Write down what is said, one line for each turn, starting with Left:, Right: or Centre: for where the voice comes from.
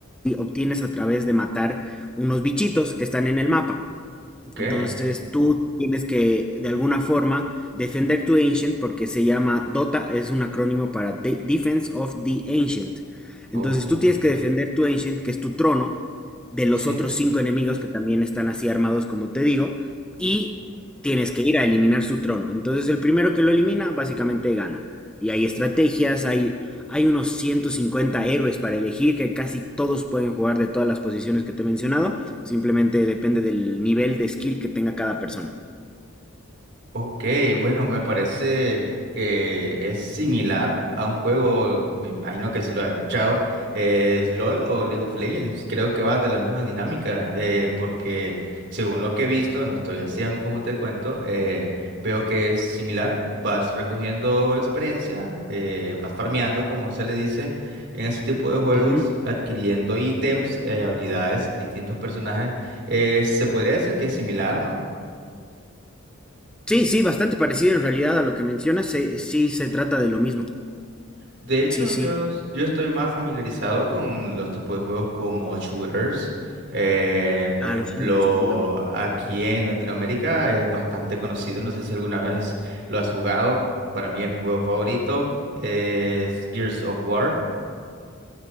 Centre: obtienes a través de matar unos bichitos que están en el mapa.
Right: ok.
Centre: Entonces tú tienes que, de alguna forma, defender tu Ancient porque se llama DOTA, es un acrónimo para De- Defense of the Ancient. Entonces
Right: Oh,
Centre: tú tienes que defender tu Ancient, que es tu trono, de los
Right: sí.
Centre: otros cinco enemigos que también están así armados, como te digo, y tienes que ir a eliminar su trono. Entonces el primero que lo elimina, básicamente gana. Y hay estrategias, hay, hay unos 150 héroes para elegir, que casi todos pueden jugar de todas las posiciones que te he mencionado. Simplemente depende del nivel de skill que tenga cada persona.
Right: Ok, bueno, me parece que es similar a un juego, me imagino que si lo has escuchado, es LOL o League of Legends. Creo que va de la misma dinámica, eh, porque según lo que he visto, no estoy al 100. como te cuento, eh, veo que es similar, vas recogiendo experiencia, eh, vas farmeando, como se le dice, en ese tipo de juegos,
Centre: Ujú.
Right: adquiriendo ítems, eh, habilidades, distintos personajes. Eh, se podría decir que es similar, ¿no?
Centre: Sí, sí, bastante parecido en realidad a lo que mencionas. se- sí, se trata de lo mismo.
Right: De hecho,
Centre: Sí, sí.
Right: yo, yo estoy más familiarizado con los tipos de juegos como shooters. Eh, por
Centre: A
Right: ejemplo,
Centre: los shooters sí te
Right: aquí en Latinoamérica es bastante conocido. No sé si alguna vez lo has jugado. Para mí es mi juego favorito. Es Gears of War.